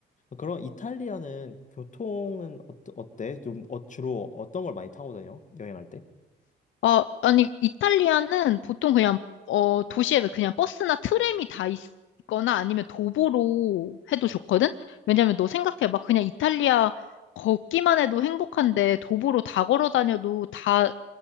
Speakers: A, on the left; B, on the left.
A: 그럼 이탈리아는 교통은 어, 어때? 좀 어, 주로 어떤 걸 많이 타고 다녀? 여행할 때?
B: 어, 아니, 이탈리아는 보통 그냥, 어, 도시에 그냥 버스나 트램이 다 있, 거나 아니면 도보로 해도 좋거든? 왜냐면 너 생각해. 막 그냥 이탈리아 걷기만 해도 행복한데 도보로 다 걸어 다녀도 다,